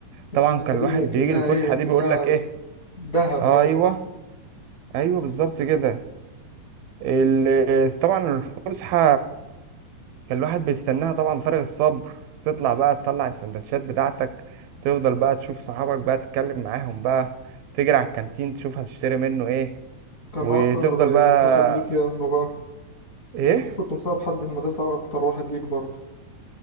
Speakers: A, on the right; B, on the left.
A: طبعا
B: الفرصة
A: كان الواحد
B: دي أكنها
A: بيجي الفسحه
B: إيه أكنها
A: دي بيقول لك ايه
B: دهب
A: ايوه
B: جاي.
A: ايوه بالظبط كده ال- طبعا الفسحه كان الواحد بيستناها طبعا فارغ الصبر تطلع بقى تطلع السندوتشات بتاعتك تفضل بقى تشوف صحابك بقى تتكلم معاهم بقى تجري على الكانتين تشوف هتشتري منه ايه
B: كان
A: وتفضل
B: أكتر
A: بقى
B: صاحب ليك إيه عنه بقى؟
A: ايه
B: أكيد كنت مصاحب حد في المدرسة أكتر واحد ليك برضه